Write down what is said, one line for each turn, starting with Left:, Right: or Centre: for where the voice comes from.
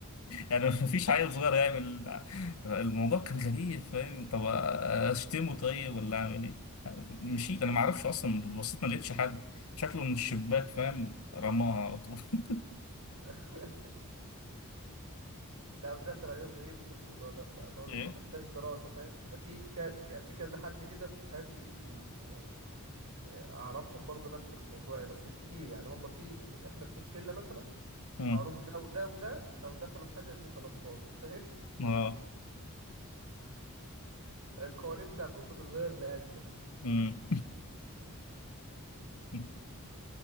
Left: يعني مفيش عيل صغير يعمل الموضوع كان غريب فاهم طب اشتمه طيب ولا اعمل ايه مشيت انا ما اعرفش اصلا بصيت ما لقيتش حد شكله من الشباك فاهم رماها على طول <laughs>
Right: <laughs> لا ده سيناريوهات غريبة في الموضوع ده بصراحة الموضوع
Left: ايه
Right: ما محتاج دراسة فاهم ده في ك... يعني في كذا حد كده في حياتي بي... يعني آه، أعرفهم برضو نفس الموضوع يعني بس مش كتير يعني هم في إحنا في الشلة مثلا
Left: مم.
Right: معروف ده وده وده لو دخلوا في حاجة دي خلاص باظت فاهم
Left: اه
Right: القوانين بتاعكم بتتغير لأجلهم
Left: مم. <laughs>